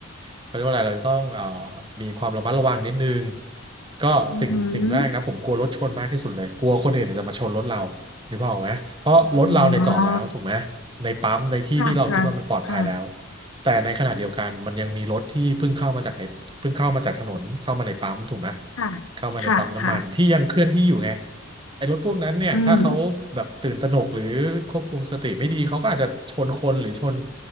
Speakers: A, on the right; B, on the left.
A: เขาเรียกว่าอะไรเราจะต้องเอ่อมีความระมัดระวังนิดนึงก็สิ่งสิ่งแรกนะผมกลัวรถชนมากที่สุดเลยกลัวคนอื่นเนยจะมาชนรถเรา
B: อือหือ
A: นึกภาพออกไหมเพราะรถเราเนี่ยจอดแล้วถูกไหม
B: อ๋อ
A: ในปั๊มในที่ที่เราคิดว่ามันปลอดภัยแล้ว
B: ค่ะค่ะค่ะ
A: แต่ในขณะเดียวกันมันยังมีรถที่เพิ่งเข้ามาจากในเพิ่งเข้ามาจากถนนเข้ามาในปั๊มถูกไหม
B: ค่ะ
A: เข้ามาในปั๊มน้ำมันที่ยังเคลื่อนที่อยู่ไง
B: ค่ะค่ะค่ะ
A: ไอ้รถพวกนั้นเนี่ยถ้าเขาแบบตื่นตระหนกหรือควบคุมสติไม่ดีเขาก็อาจจะชนคนหรือชน
B: อืม